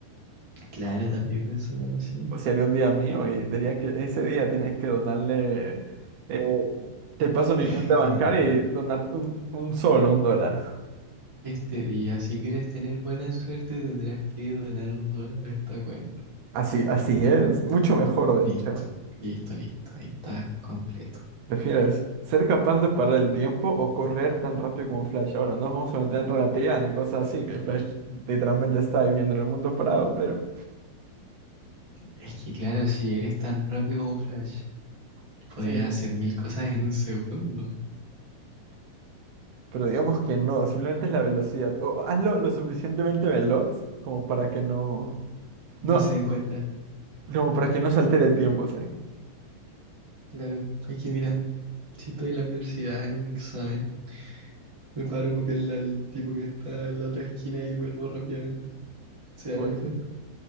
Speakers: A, on the right; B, on the right.
A: claro, también pensándolo así.
B: O sea, haría un día mío y diría que ese día tienes que donarle. eh, te paso mi
A: <laughs>
B: cuenta bancaria y donar un, un sol o un dólar.
A: Este día, si quieres tener buena suerte, tendrás que donar un dólar a esta cuenta.
B: Así, así es. Mucho mejor, de
A: Listo,
B: hecho.
A: listo, listo. Ahí está, completo.
B: ¿Prefieres ser capaz de parar el tiempo o correr tan rápido como Flash? Ahora, no nos vamos a meter en relatividad ni cosas así, que Flash literalmente está viviendo en el mundo parado, pero
A: Es que claro, si eres tan rápido como Flash, podrías
B: sí.
A: hacer mil cosas en un segundo.
B: Pero digamos que no, simplemente es la velocidad. O hazlo lo suficientemente veloz como para que no.
A: No
B: No,
A: se den cuenta.
B: como para que no se altere el tiempo, o sea que.
A: Claro, es que mira, si estoy en la universidad en un examen, me paro a copiarle al tipo que está en la otra esquina y vuelvo rápidamente. ¿Se darán
B: Igual
A: cuenta?
B: sí.